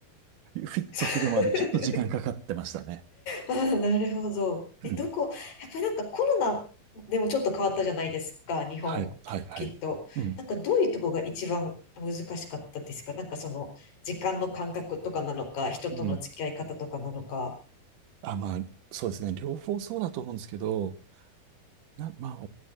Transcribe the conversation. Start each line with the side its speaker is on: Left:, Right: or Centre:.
Right: フィットするまでちょっと時間かかってましたね。
Left: <laughs> ああ、なるほど。
Right: うん。
Left: え、どこ、やっぱりなんかコロナでもちょっと変わったじゃないですか、日本、
Right: はい、はい、
Left: き、
Right: はい。
Left: きっと。
Right: うん。
Left: なんかどういうとこが一番難しかったですかなんかその時間の感覚とかなのか、人との付き合い方とかなのか。
Right: うん。あ、まあ、そうですね。両方そうだと思うんですけど、な、まあ、